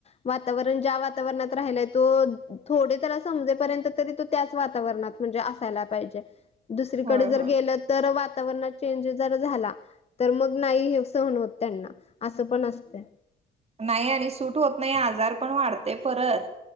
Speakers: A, on the left (about 30°); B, on the right (about 30°).
A: वातावरण ज्या वातावरणात राहिलंय तो. थोडे त्याला समजेपर्यंत तरी तो त्याचं वातावरणात म्हणजे असायला पाहिजे. दुसरीकडे
B: होय
A: जर
B: होय
A: गेलं तर वातावरणात चेंज जर झाला. तर मग नाही हे <unintelligible> सहन होत त्यांना असं पण असतय.
B: नाही आणि सूट होत नाही आजार पण वाढते परत